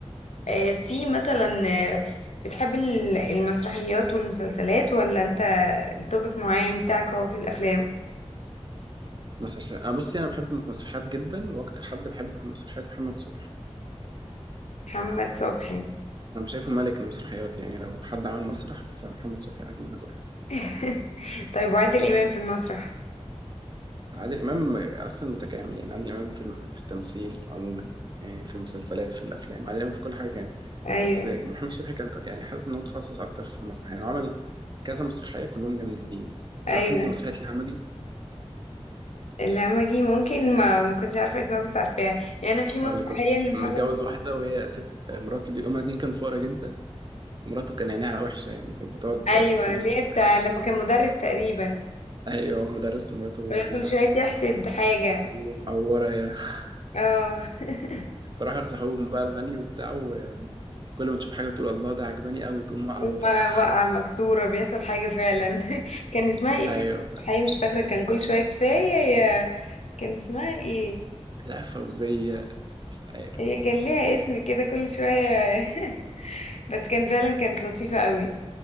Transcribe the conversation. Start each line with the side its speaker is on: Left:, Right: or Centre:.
Left: آه، في مثلا آه، بتحب ال- المسرحيات والمسلسلات ولا انت التوبيك معين بتاعك هو في الافلام
Right: مسرحيات انا بصي انا بحب المسرحيات جدا واكتر حد بحبه في المسرحيات محمد صبحي
Left: محمد صبحي
Right: انا شايفه ملك المسرحيات يعني لو حد عمل مسرح فمحمد صبحي اجمد واحد
Left: <laughs> طيب وعادل امام في المسرح
Right: عادل إمام أصلا متكامل يعني عادل إمام في الم- في التمثيل عموما يعني في المسلسلات في الأفلام عادل إمام في كل حاجة جامد
Left: ايوه
Right: بس محمد شبحي كان ط- يعني حاسس إن هو تخصص أكتر في المسرح يعني هو عمل كذا مسرحية كلهم جامدين
Left: ايوه
Right: تعرف أنت مسرحية الهمجي
Left: الهمجي ممكن ما ما كنتش عارفه اسمها بس عارفاها يعني انا في مسرحيه
Right: هقول لك هو كان
Left: لمحمد
Right: متجوز
Left: صبحي
Right: واحدة وهي ست مراته دي هما الاتنين كانوا فقراء جدا ومراته كان عينيها وحشة يعني كانت بتقعد
Left: ايوه
Right: تبص
Left: اللي
Right: للحاجة
Left: هي بتاع لما كان مدرس تقريبا
Right: أيوه هو مدرس ومراته
Left: وهي
Right: عينيها
Left: كل شويه
Right: وحشة
Left: تحسد حاجه
Right: قال له معورة يا <laughs>
Left: اه <laughs>
Right: فراحوا لصاحبهم بقى الغني وبتاع و- وكل ما تشوف حاجة تقول الله ده عجباني قوي تقوم واقعة
Left: لما
Right: ومفرقعة <laughs>
Left: وقع مكسوره بيحصل حاجه فعلا <laughs> كان اسمها ايه
Right: ايوه
Left: في المسرحيه
Right: ف-
Left: مش فاكره كان كل شويه كفايه يا كان اسمها ايه
Right: مش عارف فوزية مش عارف
Left: هي كان ليها اسم كده كل شويه <laughs> بس كان فعلا كانت لطيفه قوي